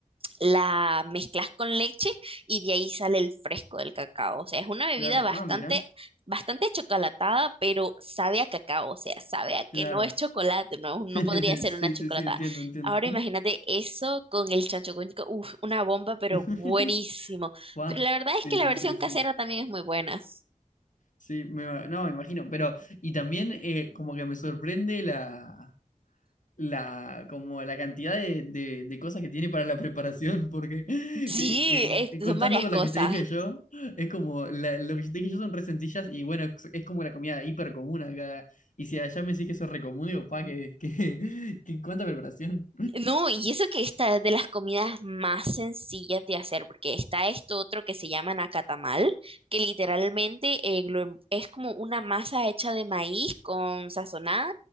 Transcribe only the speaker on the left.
claro.
Ah, mira,
claro.
<laughs>
Sí,
sí, sí, entiendo, entiendo.
<laughs>
Buah,
sí,
sí,
sí, sí.
Sí, me, ima- no, me imagino, pero y también eh, como que me sorprende la, la, como la cantidad de, de- de cosas que tiene para la preparación, <laughs> porque eh,
en-
en- contando
con
la que te dije yo, es como, la- lo que yo te dije yo son re sencillas y bueno, es, es como la comida hiper común acá, y si allá me decís que eso es re común, digo, pa, que, que, <laughs> que cuánta preparación.